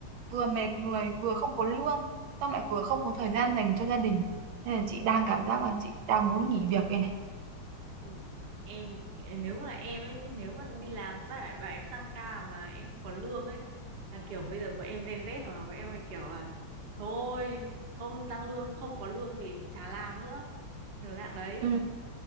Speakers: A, on the right; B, on the right.
A: vừa mệt người, vừa không có lương, xong lại vừa không có thời gian dành cho gia đình. Nên là chị đang cảm giác là chị đang muốn nghỉ việc đây này.
B: Ui, em nếu mà là em ấy nếu mà đi làm bà bà em tăng ca mà em không có lương ấy là kiểu bây giờ vợ em Gen Z mà vợ em hay kiểu à thôi không tăng lương không có lương thì chả làm nữa kiểu dạng đấy
A: Ừ.